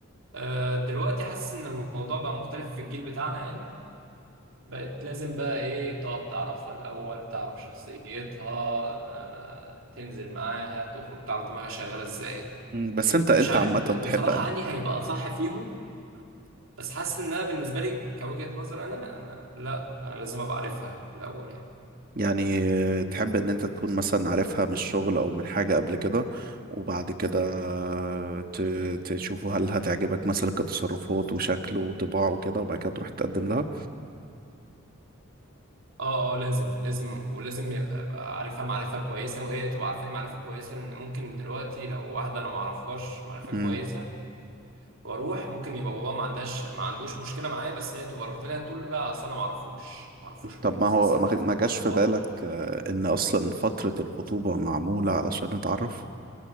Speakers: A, on the right; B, on the right.
A: آه، دلوقتي حاسس ان الموضوع بقى مختلف في الجيل بتاعنا يعني بقت لازم بقى ايه تقعد تعرفها الأول تعرف شخصيتها آه، تنزل معاها تخرج تعرف دماغها شغالة ازاي
B: بس انت انت
A: مش عارف
B: عامه تحب
A: ب- بصراحة
B: انهي
A: أنهي هيبقى صح فيهم بس حاسس إن أنا بالنسبة لي كوجهة نظر أنا أنا لا أنا لازم أبقى عارفها الأول يعني
B: يعني آه، تحب ان انت تكون مثلا عارفها من الشغل او من حاجة قبل كده وبعد كده آه، ت- تشوفوا هل هتعجبك مثلا كتصرفات وشكل وطباع وكده وبعد كده تروح تقدم لها
A: اه اه لازم لازم ولازم يبقى أبقى عارفها معرفة كويسة وهي تبقى عارفاني معرفة كويسة إن ممكن دلوقتي لو واحدة أنا معرفهاش معرفة
B: مم.
A: كويسة واروح ممكن يبقى بابا ما عندهاش ما عندوش مشكله معايا بس هي تبقى رافضاني تقول لا اصل انا ما اعرفوش ما اعرفوش كويس
B: طب ما هو
A: لسه
B: ما
A: لما انا
B: ما
A: أعرف
B: جاش في
A: بعضها
B: بالك آه، ان اصلا فترة الخطوبة معمولة علشان نتعرف